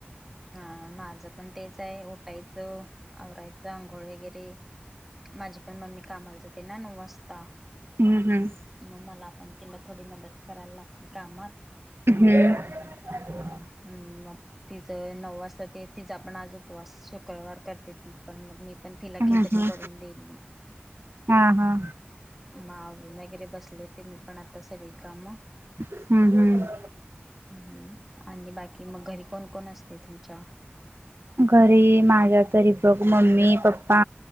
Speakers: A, in the centre; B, on the right.
A: हा माझं पण तेच आहे उठायचं आवरायचं आंघोळ वगैरे माझी पण मम्मी कामालच ते ना नऊ वाजता
B: हम्म हम्म.
A: मग मला पण तिला थोडी मदत करायला लागतील कामात
B: हम्म
A: हम् मग तिचं नऊ वाजता ते तिचा आपण आज उपवास शुक्रवार करते ती पण मग मी पण तिला खिचडी
B: हम्म हम्म
A: करून देईली
B: हा हा.
A: मावरून वगैरे बसले होते मी पण आता सगळी कामं
B: हम्म हम्म
A: हम्म आणि बाकी मग घरी कोण कोण असते तुमच्या
B: घरी माझ्या तरी बघ मम्मी पप्पा